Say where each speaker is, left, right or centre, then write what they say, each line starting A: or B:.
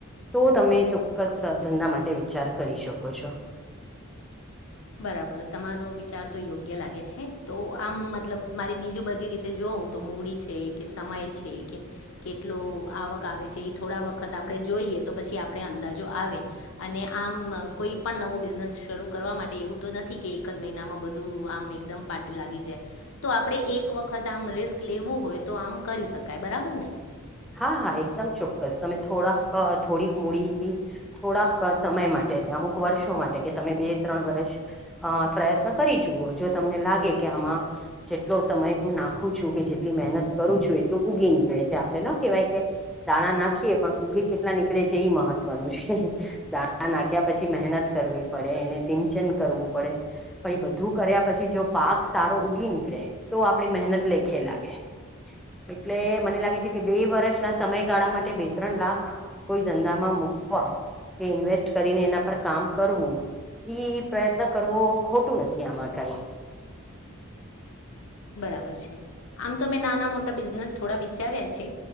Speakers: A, in the centre; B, on the left.
A: તો તમે ચોક્કસ ધંધા માટે વિચાર કરી શકો છો.
B: બરાબર તમારો વિચાર તો યોગ્ય લાગે છે. તો આમ મતલબ મારી બીજું બધી રીતે જોઉ તો મૂડી છે કે સમય છે કે કે આવક આવે છે એ થોડા વખત આપણે જોઈએ તો પછી આપણે અંદાજો આવે અને આમ <inaudible> કેટલો કોઈ પણ નવું બિઝનેસ શરૂ કરવા માટે એવું તો નથી કે એક જ મહિનામાં બધું આમ એકદમ લાગી જાય તો આપડે એક રિસ્ક લેવું હોય તો આમ કરી શકાય બરાબર ને?
A: હા હા એકદમ ચોક્કસ. તમે થોડાક થોડીક મૂડીથી થોડાક સમય માટ અમુક વર્ષો માટે કે તમે બે ત્રણ વર્ષ અ પ્રયત્ન કરી જુઓ જો તમને લાગે કે જેટલો સમય હું નાખું છું. કે જેટલી મહેનત કરું છું. એટલું ઉગી નીકળે છે. આપ ન કેવાય કે દાણા નાખીએ પણ ઉગે કેટલા નીકળે છે એ મહત્વનું છે દાણા નાખ્યા પછી મહેનત કરવી પડે એને સિંચન કરવું પડે. પણ એ બધું કર્યા પછી જો પા પાક સારો ઉગી નીકળે તો આપણી મહેનત લેખે લાગે.
B: <inaudible>
A: એટલે મને લાગે છે. કે બે વર્ષના સમયગાળા માટે બે ત્રણ લાખ કોઈ ધંધામાં મુકવા. કે ઇન્વેસ્ટ કરીને એના પર કામ કરવું. ઈ પ્રયત્ન કરવો ખોટું નથી આમાં કઈ.
B: બરાબર છે આમ તો મેં નાના મોટા બિઝનેસ થોડા વિચાર્યા છે.